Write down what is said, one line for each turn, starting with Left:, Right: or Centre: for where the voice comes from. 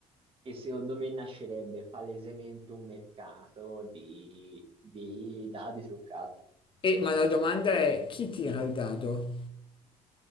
Right: E secondo me nascerebbe palesemente un mercato di, di dadi truccati.
Left: E, ma la domanda è chi tira il dado?